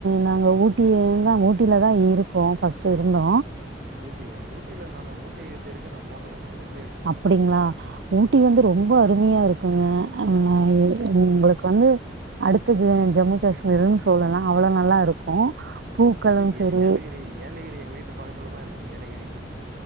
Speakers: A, on the right; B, on the right.
A: நாங்க ஊட்டிய இருந்தா ஊட்டில தான் இருக்கோ ஃபர்ஸ்ட்டு இருந்தோ
B: ஊட்டில ஊட்டில நா ஊட்டி இது வரைக்கு போனதில்லயே
A: அப்டிங்களா ஊட்டி வந்து ரொம்ப அருமையா இருக்குங்க ஆஹ்
B: ம்
A: ஆஹ் உங்களுக்கு வந்து அடுத்த ஜ ஜம்மு காஷ்மீர்ன்னு சொல்லலா அவல நல்லா இருக்கு பூக்களு
B: இது
A: சரி
B: ஏலகிரி ஏலகிரி எங்க வீட்டு பக்கத்துலதா இருக் ஏலகிரி ஹில்ஸ்